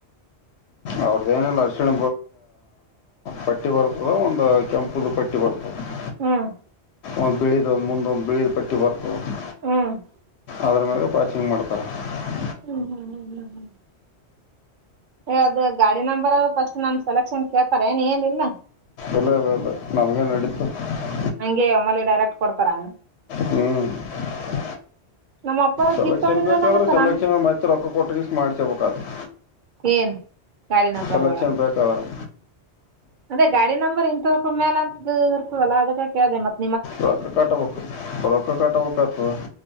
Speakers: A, on the left (about 75°); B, on the right (about 55°).
A: ಅವ್ರದ್ದ ಏನಿಲ್ಲ ಅರಿಶಿಣ ಪಟ್ಟಿ ಬರ್ತದ ಒಂದು ಕೆಂಪದು ಪಟ್ಟಿ ಬರ್ತದ <unintelligible>
B: ಹ್ಮ್ <unintelligible>
A: ಒಂದು ಬಿಳಿದು ಒಂದು ಮುಂದ ಒಂದು ಬಿಳಿದು ಪಟ್ಟಿ ಬರ್ಬದು <unintelligible>
B: ಹ್ಮ್ <unintelligible> <unintelligible>
A: ಅದ್ರ ಮೇಲೆ ಪಾರ್ಕಿಂಗ್ ಮಾಡ್ತಾರೆ <unintelligible>
B: ಹ್ಮ್ ಹ್ಮ್ ಹ್ಮ್ ಹ್ಮ್ ಹ್ಮ್ <unintelligible> ಹೇಳ ಅದು ಗಾಡಿ ನಂಬರ್ ಫಸ್ಟ್ ನಮ ಸೆಲೆಕ್ಷನ್ ಕೇಳ್ತಾರೆ ಏನ ಏನಿಲ್ಲ <unintelligible>
A: ಇಲ್ಲ ಇಲ್ಲ ಇಲ್ಲ ನಮ್ಗೆೇ ನಡೀತು <unintelligible>
B: ಹಂಗೆ ಒಮ್ಮಲ್ಲಿ ಡೈರೆಕ್ಟ್ ಕೊಡ್ತಾರ <unintelligible>
A: ಹ್ಮ್ <unintelligible>
B: ನಮ್ಮ ಅಪ್ಪಾರ
A: ಸೆಲೆಕ್ಷನ್
B: ಜೀಪ್ ತಗೊಂಡಿದ್ರಲ್ಲ
A: ಬೇಕಾದ್ರೆ
B: ಮತ್ತ
A: ಸೆಲೆಕ್ಷನ್
B: ನಮ್
A: ಮತ್ತೆ ರೊಕ್ಕ ಕೊಟ್ಟಗಷ್ಟ ಮಾಡ್ಸಬೇಕ <unintelligible>
B: ಏನ್ <unintelligible> ನಂಬರ್ಗಳ
A: ಸಲಕ್ಷನ್ ಬೇಕಾದಾಗ <unintelligible>
B: ಅದೇ ಗಾಡಿ ನಂಬರ್ ಇಂತವಕ ಮೇಲೇ ಅಂತ ಇರ್ತದಲ್ಲಾ ಅದಕ್ಕೆ ಕೇಳಿದೆೆ ಮತ್ತೆ <unintelligible>
A: ಒಳ ಕಟ ಪ ಹಳಕ್ಕ ಕಾಟ ಪೊಕ್ಕತದೆ